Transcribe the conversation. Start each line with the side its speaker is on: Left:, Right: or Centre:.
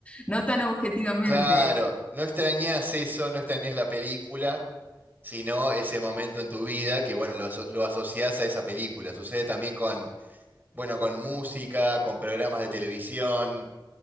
Left: No tan objetivamente.
Right: Claro, no extrañas eso, no extrañas la película, sino ese momento en tu vida que, bueno, lo, aso- lo asociás a esa película. Sucede también con, bueno, con música, con programas de televisión,